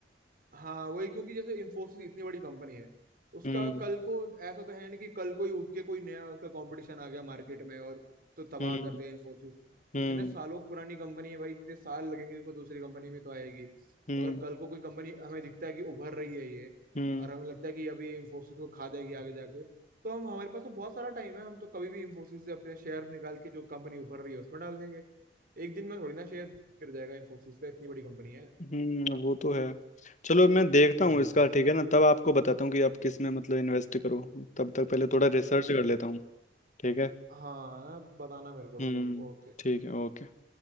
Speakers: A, on the right; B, on the left.
A: हाँ वही क्योंकि जैसे इंफोसिस इतनी बड़ी कंपनी है तो उसका
B: हम्म
A: कल को ऐसा तो है नहीं कि कल कोई उठ के कोई नया उसका कंपटीशन आ गया मार्केट में और तो तबाह
B: हम्म
A: कर दिया इंफोसिस
B: हम्म
A: इतने सालों पुरानी कंपनी है भाई इतने साल लगेंगे कोई दूसरी कंपनी में तो आएगी तो
B: हम्म
A: अगर कल को कोई कंपनी हमें दिखता है कि उभर रही है ये
B: हम्म
A: और हमें लगता है कि अभी इंफोसिस को खा जाएगी आगे जाके तो हम हमारे पास तो बहुत सारा टाइम है हम तो कभी भी इंफोसिस से अपने शेयर निकाल के जो कंपनी उभर रही है उसमें डाल देंगे एक दिन में थोड़ी ना शेयर गिर जाएगा इंफोसिस का इतनी बड़ी कंपनी है
B: हम्म वो तो है चलो मैं देखता
A: हम्म
B: हूँ इसका ठीक है ना तब आपको बताता हूँ कि आप किस में मतलब इन्वेस्ट करो तब तक पहले थोड़ा रिसर्च कर लेता हूँ ठीक है
A: हाँ ना बताना मेरे को
B: हम्म।
A: जरूर ओके
B: ठीक है ओके